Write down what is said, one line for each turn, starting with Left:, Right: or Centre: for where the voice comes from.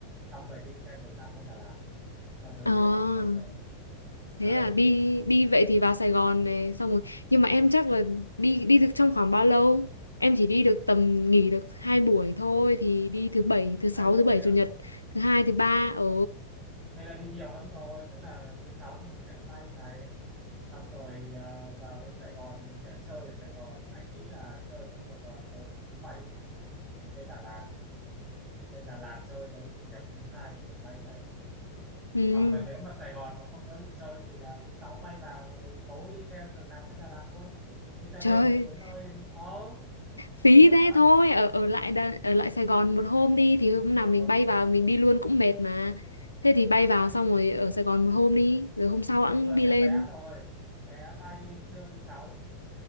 Right: xong rồi đi xe giường nằm bên Đà Lạt xong rồi
Left: À,
Right: từ Đà Lạt bay về
Left: thế
Right: đấy
Left: à, đi đi vậy thì vào Sài Gòn này, xong rồi. Nhưng mà em chắc là đi đi được trong khoảng bao lâu? Em chỉ đi được tầm nghỉ được hai buổi thôi thì đi thứ bảy, thứ sáu,
Right: hai buổi
Left: thứ bảy,
Right: á
Left: chủ nhật, thứ hai, thứ ba. Ừ.
Right: hay là đi nhiều lắm rồi tức là thứ sáu mình sẽ bay này xong rồi ờ, vào đến Sài Gòn mình sẽ chơi ở Sài Gòn anh nghĩ là chơi trong Sài Gòn đến thứ bảy thì mình lên Đà Lạt lên Đà Lạt chơi đấy chủ nhật thứ hai rồi mình bay về
Left: Ừ.
Right: hoặc là nếu mà Sài Gòn mà không có gì chơi thì là thứ sáu bay vào rồi tối đi xe giường nằm đến Đà Lạt luôn đi xe
Left: Trời,
Right: đêm rồi đến nơi ờ cũng
Left: phí
Right: cũng được
Left: thế
Right: mà
Left: thôi ở ở lại Đà- ở lại Sài Gòn một hôm đi thì hôm nào
Right: ờ
Left: mình
Right: ở
Left: bay
Right: lại
Left: vào
Right: một
Left: mình
Right: hôm
Left: đi luôn cũng mệt mà thế thì bay vào
Right: anh
Left: xong rồi ở Sài Gòn một hôm đi rồi hôm sau hẵng
Right: anh vừa
Left: đi
Right: xem
Left: lên
Right: vé rồi vé bay trưa thứ sáu